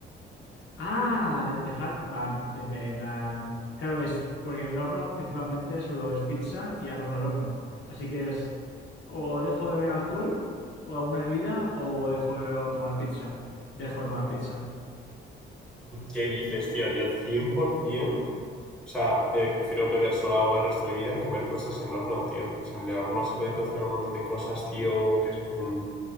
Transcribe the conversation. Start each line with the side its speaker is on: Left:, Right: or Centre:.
Left: Ah, dejar. Va, en en plan. Claro es. Porque en el horno principalmente solo es pizza y arroz al horno. Así que es. O dejo de beber alcohol, o alguna bebida, o dejo de tomar pizza. Dejo de tomar pizza.
Centre: ¿Qué dices, tío? Yo 100%, o sea, eh, prefiero beber solo agua el resto de mi vida y comer cosas en horno, tío. O sea, en el horno se pueden cocinar un montón de cosas, tío, queso fundido.